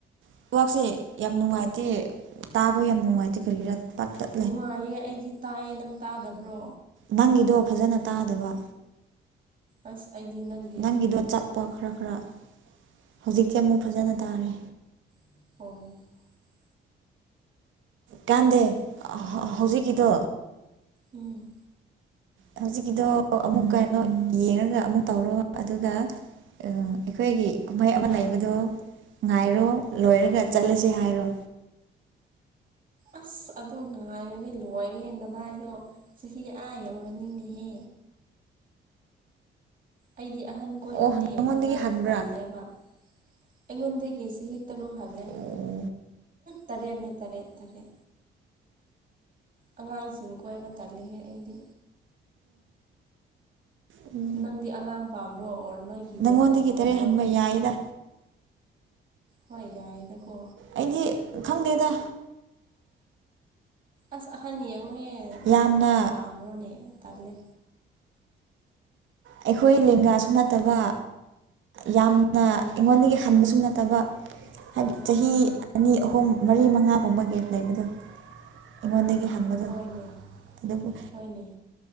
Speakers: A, on the right (about 75°); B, on the right (about 45°).
A: ꯅꯦꯠꯋꯥꯛꯁꯦ ꯌꯥꯝ ꯅꯨꯡꯉꯥꯏꯇꯦ ꯇꯥꯕ ꯌꯥꯝ ꯅꯨꯡꯉꯥꯏꯇꯦ ꯀꯔꯤꯔꯥ ꯄꯠ ꯇꯠ
B: ꯅꯨꯡꯉꯥꯏꯌꯦ ꯑꯩꯗꯤ ꯇꯥꯏꯌꯦ ꯅꯪ ꯇꯥꯗꯕ꯭ꯔꯣ
A: ꯅꯪꯒꯤꯗꯣ ꯐꯖꯅ ꯇꯥꯗꯕ
B: ꯑꯁ ꯑꯩꯗꯤ ꯅꯪ
A: ꯅꯪꯒꯤꯗꯣ ꯆꯠꯄ ꯈꯔ ꯈꯔ ꯍꯧꯖꯤꯛꯇꯤ ꯑꯃꯨꯛ ꯐꯖꯅ ꯇꯥꯔꯦ
B: ꯑꯣ
A: ꯀꯥꯟꯗꯦ ꯍꯧꯖꯤꯛꯀꯤꯗꯣ
B: ꯎꯝ
A: ꯍꯧꯖꯤꯛꯀꯤꯗꯣ ꯑꯃꯨꯛ ꯀꯩꯅꯣ ꯌꯦꯡꯉꯒ ꯑꯃꯨꯛ ꯇꯧꯔꯒ ꯑꯗꯨꯒ ꯑꯩꯈꯣꯏꯒꯤ ꯀꯨꯝꯍꯩ ꯑꯃ ꯂꯩꯕꯗꯣ ꯉꯥꯏꯔꯣ ꯂꯣꯏꯔꯒ
B: ꯎꯝ
A: ꯆꯠꯂꯁꯤ ꯍꯥꯏꯔꯣ
B: ꯑꯁ ꯑꯗꯨ ꯉꯥꯏꯔꯗꯤ ꯂꯣꯏꯔꯦ ꯅꯚꯥꯏꯗꯣ ꯆꯍꯤ ꯑꯥ ꯌꯧꯔꯅꯤꯅꯦꯍꯦ ꯑꯩꯗꯤ ꯑꯍꯟ ꯀꯣꯏꯕꯅꯦ
A: ꯑꯣ ꯅꯪꯉꯣꯟꯗꯒꯤ
B: ꯑꯉꯥꯡ
A: ꯍꯟꯕ꯭ꯔꯥ
B: ꯇꯜꯂꯦꯕ ꯑꯩꯉꯣꯟꯗꯒꯤ ꯆꯍꯤ ꯇꯔꯨꯛ ꯍꯜꯂꯦ
A: ꯑꯣ
B: ꯇꯔꯦꯠꯅꯤ ꯇꯔꯦꯠ ꯇꯔꯦꯠꯅꯤ ꯑꯉꯥꯡꯁꯤꯡ ꯀꯣꯏꯕ ꯇꯜꯂꯤꯍꯦ ꯑꯩꯗꯤ
A: ꯎꯝ
B: ꯅꯪꯗꯤ ꯑꯉꯥꯡ ꯄꯥꯝꯕ꯭ꯔꯣ ꯑꯣꯔ ꯅꯣꯏꯒꯤ
A: ꯅꯪꯉꯣꯟꯗꯒꯤ
B: ꯂꯦꯡꯒꯥ ꯄꯥꯝꯕ꯭ꯔꯣ
A: ꯇꯔꯦꯠ ꯍꯟꯕ ꯌꯥꯏꯗ
B: ꯍꯣꯏ ꯌꯥꯏꯗꯀꯣ
A: ꯑꯩꯗꯤ ꯈꯪꯗꯦꯗ
B: ꯑꯁ ꯑꯍꯟ ꯌꯦꯡꯉꯣꯅꯦ
A: ꯌꯥꯝꯅ
B: ꯑꯉꯥꯡ ꯄꯥꯝꯕ꯭ꯔꯣꯅꯦ ꯇꯜꯂꯦ
A: ꯑꯩꯈꯣꯏ ꯂꯦꯡꯒꯥꯁꯨ ꯅꯠꯇꯕ ꯌꯥꯝꯅ ꯑꯩꯉꯣꯟꯗꯒꯤ
B: ꯎꯝ
A: ꯍꯟꯕꯁꯨ ꯅꯠꯇꯕ ꯍꯥꯏꯗꯤ ꯆꯍꯤ
B: ꯎꯝ
A: ꯑꯅꯤ ꯑꯍꯨꯝ ꯃꯔꯤ ꯃꯉꯥꯒꯨꯝꯕ ꯒꯦꯞ ꯂꯩꯕꯗꯣ ꯑꯩꯉꯣꯟꯗꯒꯤ ꯍꯟꯕꯗꯣ
B: ꯍꯣꯏꯅꯦ
A: ꯑꯗꯨꯕꯨ
B: ꯍꯣꯏꯅꯦ